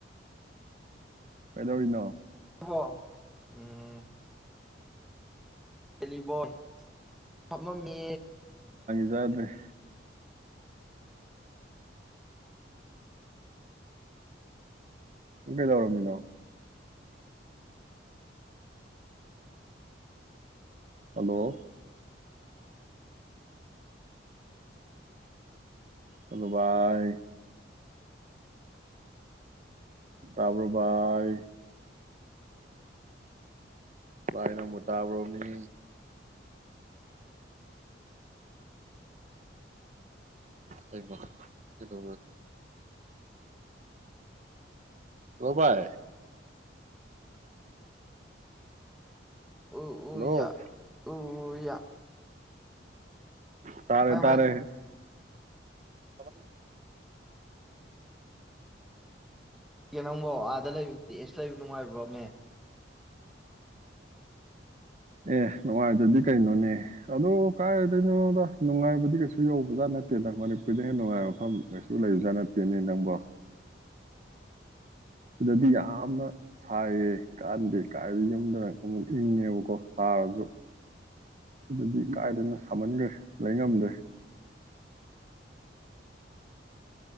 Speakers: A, on the right; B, in the centre.
A: ꯀꯩꯂ ꯑꯣꯏꯅꯣ
B: ꯣ ꯎꯝ ꯗꯦꯜꯂꯤꯕꯣꯏ ꯍꯥꯝꯃꯝꯃꯤ
A: ꯌꯥꯗ꯭ꯔꯦ ꯕꯤꯗꯧꯔꯣꯝꯃꯤꯗꯣ ꯍꯂꯣ ꯍꯜꯂꯣ ꯕꯥꯏ ꯇꯄ ꯚꯥꯏ ꯥꯏ ꯅ ꯃꯣꯇꯥꯕꯔꯣꯅꯤ ꯀꯃ ꯀꯇ ꯣꯕꯥꯥꯏ
B: ꯎꯌꯥ
A: ꯍꯜꯂꯣ
B: ꯎꯌꯥ
A: ꯇꯥꯔꯦ
B: ꯀꯃꯥꯏ ꯀꯃꯥꯏ
A: ꯇꯥꯔꯦ ꯊ
B: ꯅꯪꯗ‌ꯣ ꯑꯥꯗ ꯂꯩꯕ ꯗ‌ꯦꯁꯇ ꯂꯩꯕ ꯅꯨꯡꯉꯥꯏꯕ꯭ꯔꯣꯃꯦ
A: ꯑꯦ ꯅꯨꯡꯉꯥꯏꯇꯔꯗꯤ ꯀꯩꯅꯣꯅꯦ ꯑꯗꯨ ꯀꯔꯥꯏꯗꯩꯅꯣꯗ ꯅꯨꯡꯉꯥꯏꯕꯗꯤ ꯀꯩꯁꯨ ꯌꯧꯕꯖꯥꯠ ꯅꯠꯇꯦꯗ ꯃꯅꯤꯄꯨꯔꯗ ꯍꯦꯟꯅ ꯅꯨꯡꯉꯥꯏꯕ ꯃꯐꯝ ꯀꯩꯁꯨ ꯂꯩꯕꯖꯥꯠ ꯅꯠꯇꯦꯅꯦ ꯅꯪꯕ‌ꯣ ꯁꯤꯗꯗꯤ ꯌꯥꯝꯅ ꯁꯥꯏꯌꯦ ꯀꯥꯟꯅꯗꯦ ꯀꯥꯏꯗ ꯌꯨꯝꯗꯅ ꯑꯃꯨꯛ ꯏꯪꯉꯦꯕꯀꯣ ꯁꯥꯔꯁꯨ ꯁꯤꯗꯗꯤ ꯀꯥꯏꯗꯒꯤ ꯁꯥꯃꯟꯈ꯭ꯔꯦ ꯂꯩꯉꯝꯗ꯭ꯔꯦ